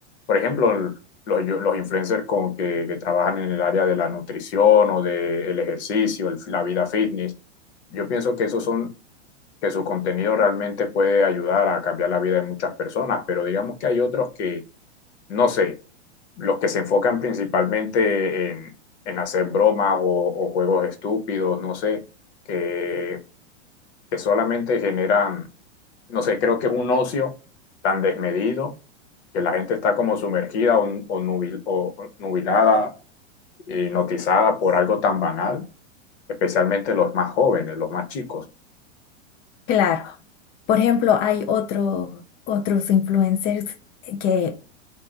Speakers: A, on the left; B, on the left.
A: por ejemplo, los, los influencers con que, que trabajan en el área de la nutrición o del ejercicio, el- la vida fitness, yo pienso que esos son que su contenido realmente puede ayudar a cambiar la vida de muchas personas, pero digamos que hay otros que, no sé, los que se enfocan principalmente en, en hacer bromas o, o juegos estúpidos, no sé, que, que solamente generan, no sé, creo que es un ocio tan desmedido que la gente está como sumergida o, o nubil- o- o nubilada, hipnotizada por algo tan banal, especialmente los más jóvenes, los más chicos.
B: Claro. Por ejemplo, hay otro, otros influencers que